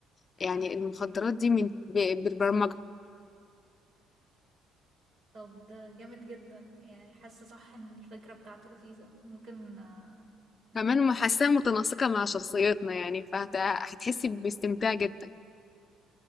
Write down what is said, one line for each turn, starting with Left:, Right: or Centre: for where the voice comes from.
Left: يعني المخدرات دي من ب- بالبرمجة
Right: طب ده جامد جدا يعني حاسه صح ان الفكره بتاعته لذيذه ممكن آه، ندخله
Left: كمان محسها متناسقة مع شخصيتنا يعني فهتحسي باستمتاع جدا